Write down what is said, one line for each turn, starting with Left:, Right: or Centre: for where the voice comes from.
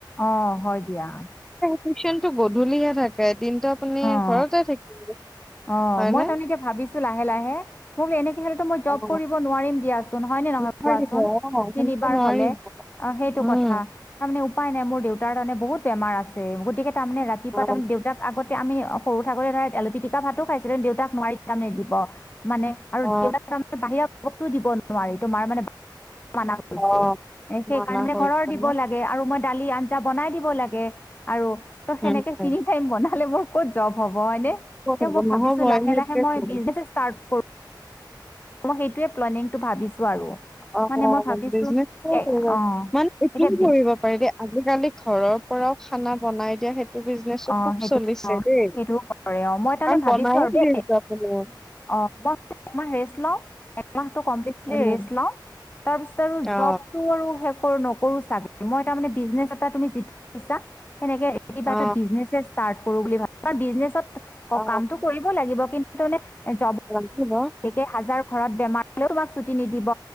Left: অ হয় দিয়া
Centre: টিউশ্যন টো গধূলিহে থাকে। দিনটো আপুনি
Left: অ
Centre: ঘৰতে থাকিব
Left: অ
Centre: হয়নে?
Left: মই তাৰমানে এতিয়া ভাবিছো লাহে লাহে। মোক এনে- তো মই জব
Centre: অ
Left: কৰিব নোৱাৰিম দিয়াচোন হয় ন নহয়
Centre: নোৱাৰিব
Left: কোৱাচোন
Centre: অ
Left: তিনিবাৰ
Centre: সেনেকে নোৱাৰিব
Left: হলে অ সেইটো
Centre: উম।
Left: কথা তাৰ মানে উপায় নাই মোৰ দেউতাৰে বহুত বেমাৰ আছে গতিকে তাৰমানে ৰাতিপুৱা
Centre: অ
Left: তাৰমানে দেউতাক আগত আমি সৰু থাকোতে ধৰা এলু পিটিকা ভাতো খাইছিলো দেউতাক মাৰি যাম নিদিব মানে আৰু
Centre: অ
Left: দেউতাক তাৰে বাহিৰত বস্তু দিব নোৱাৰি তোমাৰ মানে মানা কৰিছে
Centre: অ
Left: সেইকাৰণে
Centre: মানা
Left: মানে
Centre: কৰিছে
Left: ঘৰৰ দিব
Centre: ন
Left: লাগে আৰু মই দালি আঞ্জা বনাই দিব লাগে আৰু ত সেনেকে
Centre: উম উম
Left: তিনি টাইম বনালে মোৰ ক'ত জব হব হয়
Centre: ক'ত হ'ব
Left: মই ভাবিছো
Centre: নহবই
Left: লে
Centre: সেইটোৱেটো
Left: ল মই বিজনেছ <unintelligible> অ মই সেইটোৱে প্লেনিংটো ভাবিছো আৰু
Centre: অ
Left: মানে মই ভাবিছো
Centre: বিজনেচ
Left: এ অ
Centre: মানে এইটোও
Left: এতিয়া
Centre: কৰিব পাৰি দেই আজিকালি ঘৰৰত পৰাও খানা বনাই দিয়া সেই এইটো বিজনেচো
Left: অ
Centre: খুব
Left: সেইটো
Centre: চলিছে
Left: অ
Centre: দেই কাৰন
Left: সেইটোও কৰে অ মই তাৰমানে ভাবিছো
Centre: বনায়
Left: আৰু দেই
Centre: যহটো আপুনি <unintelligible>
Left: অ মই সেইটো আ ল <unintelligible> প্লিটলি
Centre: উম
Left: ৰেষ্ট লওঁ তাৰপিছত আৰু
Centre: অ
Left: জবটো আৰু <unintelligible> নকৰো চাগে মই এটা মানে বিজনেছ এটা তুমি যিটো <unintelligible> সেনেকে কিবা
Centre: অ
Left: এটা বিজনেছে ষ্টাৰ্ট কৰো বুলি ভাবো তাৰ বিজনেছত
Centre: অ
Left: কামটো কৰিব লাগিব কিনে তনে জব
Centre: ৰান্ধিব
Left: একে হাজাৰ ঘৰত বেমাৰ হলেও তোমাক ছুটি নিদিব